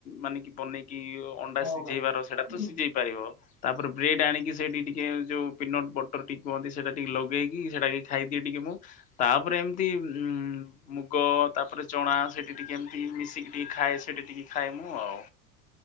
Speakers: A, on the left; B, on the left.
A: ମାନେ କି ବନେକି ଅଣ୍ଡା
B: ହଁ
A: ସିଜେଇବାର,
B: ଭାଇ ହୁଁ,
A: ସେଟା ତ ସିଜେଇ ପାରିବ। ତା'ପରେ ବ୍ରେଡ୍‌ ଆଣିକି ସେଇଟି ଟିକେ ଯଉ ପିନଟ୍ ବଟର୍ ଟିକେ କୁହନ୍ତି, ସେଇଟା ଟିକେ ଲଗେଇକି ସେଇଟାକେ ଖାଇଦିଏ ଟିକେ ମୁଁ। ତା'ପରେ ଏମ୍ତି ମୁଗ ତା'ପରେ ଚଣା ସେଟି ଟିକେ ଏମ୍‌ତି ମିଶିକି ଟିକେ ଖାଏ, ସେଟି ଟିକେ ଖାଏ ମୁଁ ଆଉ।